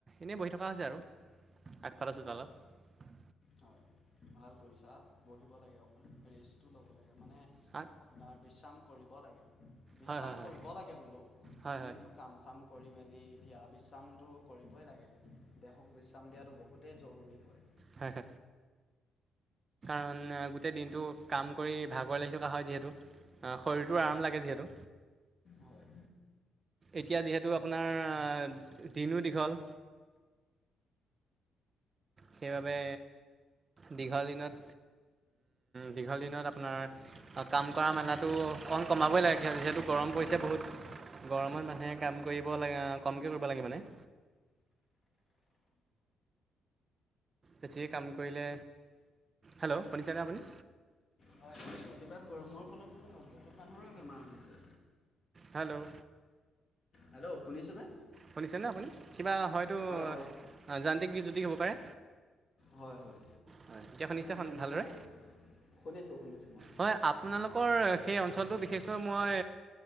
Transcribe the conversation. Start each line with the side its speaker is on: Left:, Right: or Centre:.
Right: এনেই বহি থাক থকা হৈছে আৰু আগফাল আ চোতালত।
Left: হয় হয় ভাল কৰিছা বহিব লাগে অকন েষ্টটো ল'ব লাগে মানে
Right: আ
Left: আপোনাৰ বিশ্ৰাম কৰিব লাগে বিশ্ৰাম
Right: হয় হয় হয়
Left: কৰিব লাগে বোলো
Right: হয়
Left: দিনটো
Right: হয়
Left: কাম চাম কৰিম মেলি এতিয়া বিশ্ৰামতটো কৰিবই লাগে দেহক বিশ্ৰাম দিয়াটো বহুতেই জৰুৰী হয়
Right: হ হ কাৰণ গোটেই দিনটো কাম কৰি ভাগৰ লাগি থকা হয় যিহেতু শৰীৰটোৰ
Left: হয়
Right: আৰাম লাগে যিহেতু
Left: হয়
Right: এতিয়া যিহেতু আপোনাৰ দিনো দীঘল সেইবাবে দীঘল দিনত দীঘল দিনত আপোনাৰ কাম কৰা মেলাটো অণ কমাবই লাগে স যিহেতু গ গৰম পৰিছে বহুত গৰমত মানুহে কাম কৰিব লাগে কমকৈ কৰিব লাগে মানে <unintelligible> বেছিয়ে কাম কৰিলে হেল্ল' শুনিছেনে আপুনি
Left: হয় হয় অতিপাত গৰমৰ ফলত কি জানো বহুত মানুহৰে বেমাৰ হৈছে
Right: হেল্ল'
Left: হেল্ল' শুনিছ নে
Right: শুনিছেনে আপুনি কিবা হয়তো
Left: হয়
Right: যান্ত্ৰিক বিজ্যুতি হ'ব পাৰে
Left: হয় হয়
Right: হয় এতিয়াখন ইছেখন
Left: এই
Right: ভালদৰে
Left: মানে শুনিছোঁ শুনিছোঁ মই
Right: হয় আপোনালোকৰ সেই অঞ্চলটো বিশেষকৈ মই